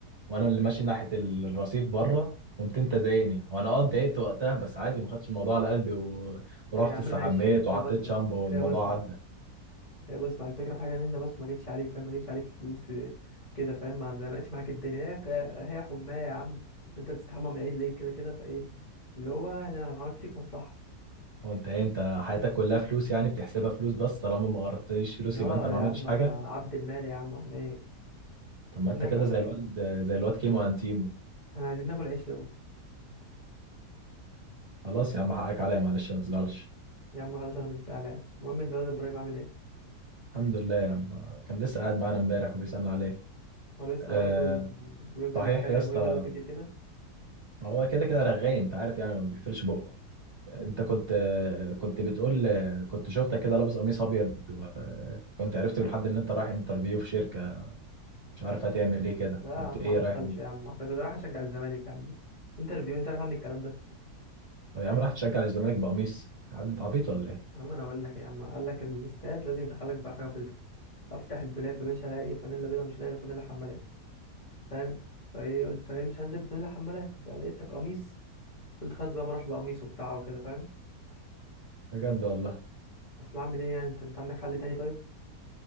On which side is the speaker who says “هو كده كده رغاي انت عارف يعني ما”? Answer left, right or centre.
Right